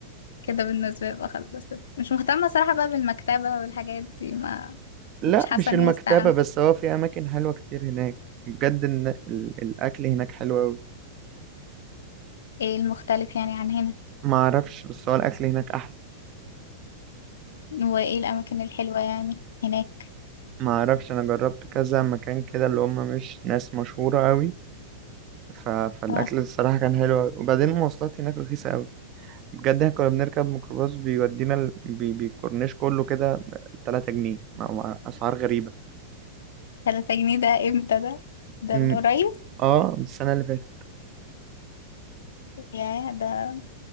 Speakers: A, on the left (about 70°); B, on the right (about 35°).
A: كده بالنسبة لي بقى خلاص مش مهتمة صراحة بقى بالمكتبة والحاجات دي ما
B: لا
A: مش حاسة
B: مش
A: اني
B: المكتبة
A: استعملت
B: بس هو في أماكن حلوة كتير هناك بجد إن ال- الأكل هناك حلو أوي
A: ايه المختلف يعني عن هنا
B: ما اعرفش بس هو الاكل هناك احلى
A: وايه الأماكن الحلوة يعني هناك
B: ما اعرفش انا جربت كذا مكان كده اللي هم مش ناس مشهوره قوي ف... فالاكل
A: اه
B: الصراحه كان حلو أوي. وبعدين المواصلات هناك رخيصه قوي بجد احنا كنا بنركب ميكروباص بيودينا ال... بي... بيكورنيش كله كده ب 3 جنيه مع... مع اسعار غريبه
A: تلاتة جنيه ده امتى ده ده
B: أمم،
A: من قريب
B: اه من السنه اللي فاتت
A: يا ده